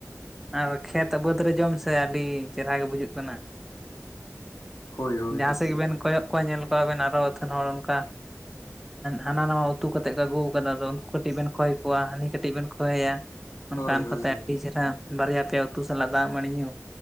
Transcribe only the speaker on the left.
ᱦᱳᱭ ᱦᱳᱭ
ᱦᱳᱭ ᱦᱳᱭ
ᱦᱳᱭ